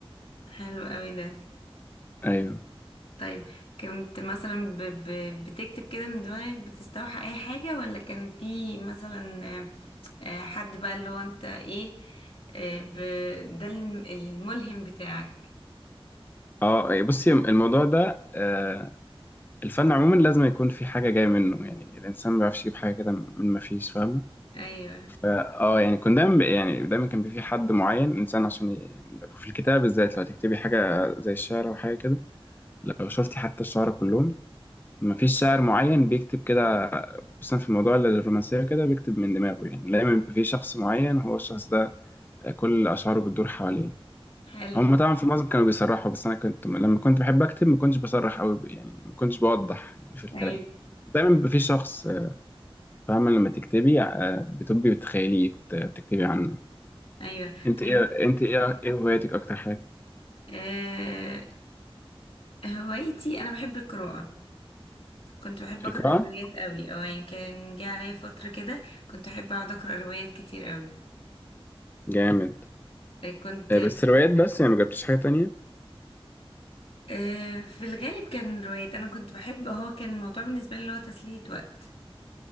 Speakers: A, on the left; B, on the left.
A: حلو قوي ده
B: أيوه
A: طيب كنت مثلا ب... ب... بتكتب كده من دماغك بتستوحى اي حاجة ولا كان في مثلا آه، آه، حد بقى اللي هو انت ايه آه، ب... ده الم- الملهم بتاعك
B: اه إيه، بصي الموضوع ده آه الفن عموما لازم يكون في حاجة جاية منه يعني الإنسان ما بيعرفش يجيب حاجة كده من ما فيش فاهمة
A: ايوه
B: اه آه، يعني كنت دايما يعني دايما كان بي- في حد معين انسان عشان ي... في الكتاب بالذات لو هتكتبي حاجه زي الشعر او حاجه كده لو شفتي حتى الشعراء كلهم مفيش شاعر معين بيكتب كده خصوصا في موضوع الرومانسيه كده بيكتب من دماغه يعني دايما بيبقى في شخص معين هو الشخص ده كل اشعاره بتدور حواليه
A: حلو
B: هم طبعا في معظم كانوا بيصرحوا بس انا كنت لما كنت بحب اكتب ما كنتش بصرح قوي يعني ما كنتش بوضح يعني في الكلام
A: ايوه
B: دايما بيبقى في شخص آه، فاهمه لما تكتبي آه، بتبقي بتخيليه بت- بتكتبي عنه
A: ايوه
B: انت
A: طيب
B: ايه انت ايه ايه هواياتك اكتر حاجه
A: آه، هوايتي انا بحب القراءة كنت بحب اقرا
B: القراءه
A: روايات قوي او يعني كان جه عليا فترة كده كنت احب اقعد اقرا روايات كتير قوي
B: جامد
A: كنت
B: آه، بس روايات بس يعني ما جبتش حاجه تانية
A: آه، في الغالب كان روايات انا كنت بحب هو كان الموضوع بالنسبة لي اللي هو تسلية وقت